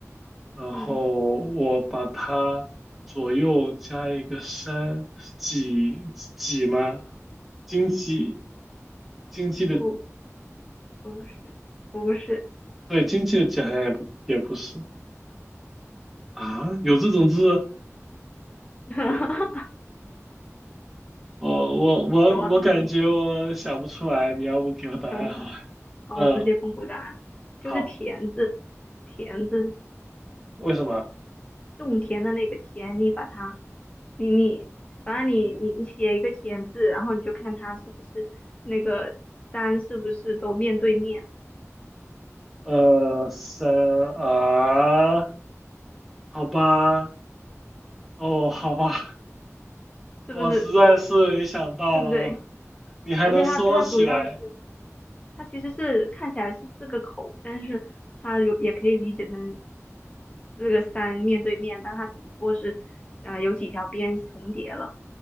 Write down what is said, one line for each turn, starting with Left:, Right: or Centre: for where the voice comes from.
Centre: 然后我把它左右加一个山，
Left: 嗯，
Centre: 几几吗？经济经济的
Left: 不不是不是，
Centre: 对经济的几好像也不也不是啊，有这种字，
Left: <laughs>
Centre: 我我我我感觉我想不出来，
Left: 有啊，<laughs>
Centre: 你要不给我答案好吧？
Left: 想不出来，好，
Centre: 嗯，
Left: 我直接公布答案，
Centre: 好，
Left: 就是田字，田字，
Centre: 为什么？
Left: 种田的那个田，你把它，你你，反正你你你写一个田字，然后你就看它是不是那个山是不是都面对面，
Centre: 呃，三啊，好吧，哦，好吧。<laughs>
Left: 是不是
Centre: 我实在是没想到
Left: 对不对？
Centre: 你还能说起来，
Left: 而且它它主要是它其实是看起来是四个口，但是它如也可以理解成。四个山面对面，但它只不过是啊、呃有几条边重叠了。